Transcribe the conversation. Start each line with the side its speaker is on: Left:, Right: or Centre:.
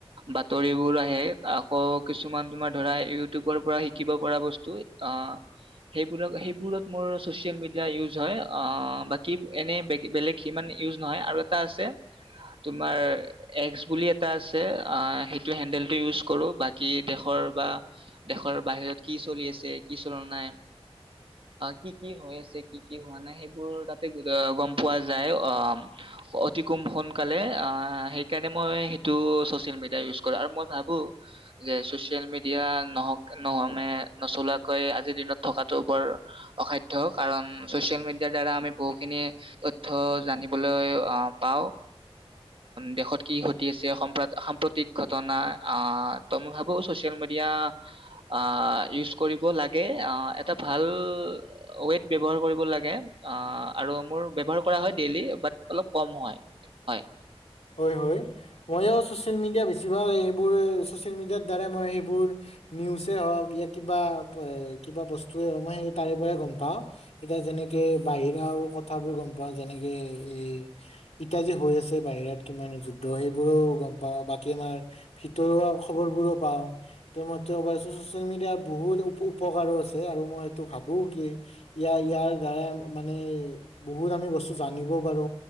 Right: বাতৰিবোৰ আহে, আকৌ কিছুমান তোমাৰ ধৰা ইউটিউবৰ পৰা শিকিব পৰা বস্তু আ, সেইবোৰ, সেইবোৰত মোৰ ছ'চিয়েল মিডিয়া ইউজ হয়, অ', বাকী এনে বেলেগ সিমান ইউজ নহয়, আৰু এটা আছে। তোমাৰ একস বুলি এটা আছে সেইটো হেণ্ডেলটো ইউজ কৰোঁ বাকী দেশৰ বা দেশৰ বাহিৰত কি চলি আছে কি চল নাই কি কি হৈ আছে কি কি হোৱা নাই সেইবোৰ তাতে গম পোৱা যায় অ', অতি কুম সোনকালে সেইকাৰণে মই সেইটো ছচিয়েল মিডিয়া ইউজ কৰো আৰু মই ভাবো যে, ছচিয়েল মিডিয়া নহক নহ মে নচলোৱাকৈ আজিৰ দিনত থকাটো বৰ অসাধ্য কাৰণ চচিয়েল মিডিয়াৰ দ্বাৰা আমি বহুখিনি তথ্য জানিবলৈ আ পাওঁ দেশত আ, কি ঘটি আছে সাম সাম্প্ৰতিক আ, ঘটনা তো মই ভাবোঁ ছচিয়েল মিডিয়া আ, ইউজ কৰিব লাগে, আ, এটা ভাল ৱেড ব্যৱহাৰ কৰিব লাগে আ, আৰু মোৰ ব্যৱহাৰ কৰা হয়, ডেইলি বাট অলপ কম হয়, হয়।
Left: হয়, হয় ময়ো ছচিয়েল মিডিয়া বেছিভাগ এইবোৰ ছচিয়েল মিডিয়াৰ দ্বাৰাই মই সেইবোৰ নিউজেই হওঁক ই কিবা কিবা বস্তুৱে হ মই সেই তাৰে পৰাই গম পাওঁ, এতিয়া যেনেকে বাহিৰা আৰু কথাবোৰ গম পাওঁ যেনেকে এই ইতা যে, আছে বাহিৰাত কিমান যুদ্ধ সেইবোৰো গম পাওঁ বাকী আমাৰ ভিতৰুৱা খবৰবোৰো পাওঁ তে মাৰ চচিয়েল মিডিয়াৰ বহুত উপকাৰো আছে আৰু মই সটো ভাবো কি ইয়াৰ ইয়াৰ দ্বাৰা মানে বহুত আমি বস্তু জানিব পাৰো